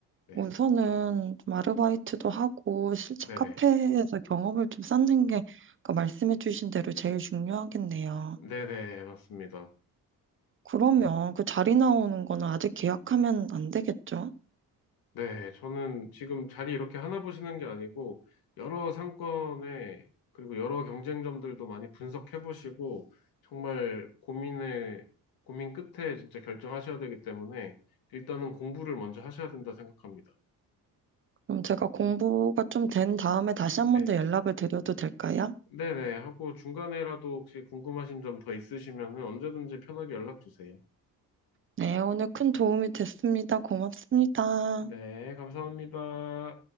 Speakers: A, on the left; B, on the right.
A: 네.
B: 우선은 좀 아르바이트도 하고 실제
A: 네네.
B: 카페에서 경험을 좀 쌓는 게 아까 말씀해 주신 대로 제일 중요하겠네요.
A: 네네, 맞습니다.
B: 그러면 그 자리 나오는 거는 아직 계약하면 안 되겠죠?
A: 네, 저는 지금 자리 이렇게 하나 보시는 게 아니고, 여러 상권에, 그리고 여러 경쟁점들도 많이 분석해 보시고, 정말 고민에, 고민 끝에 진짜 결정하셔야 되기 때문에, 일단은 공부를 먼저 하셔야 된다 생각합니다.
B: 그럼 제가 공부가 좀 된 다음에 다시 한
A: 네.
B: 번 더 연락을 드려도 될까요?
A: 네네, 하고 중간에라도 혹시 궁금하신 점 더 있으시면은 언제든지 편하게 연락 주세요.
B: 네, 오늘 큰 도움이 됐습니다. 고맙습니다.
A: 네, 감사합니다.